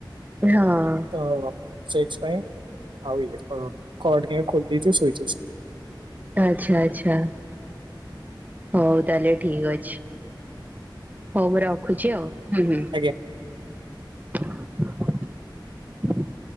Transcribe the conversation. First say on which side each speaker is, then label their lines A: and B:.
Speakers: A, on the right; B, on the right.
A: ହଁ
B: ତ ସେଇଥି ପାଇଁ ଆଉ ଇଏ କବାଟ ଖୋଲିଦେଇଛି ଶୋଇଛୁ ସେମତି।
A: ତ ଆଚ୍ଛା ଆଚ୍ଛା ହଉ ତାହେଲେ ଠିକ ଅଛି। ହଉ ମୁଁ ରଖୁଛି ଆଉ ହୁଁ ହୁଁ।
B: ଆଜ୍ଞା।
A: ଘନ୍ ଘନ୍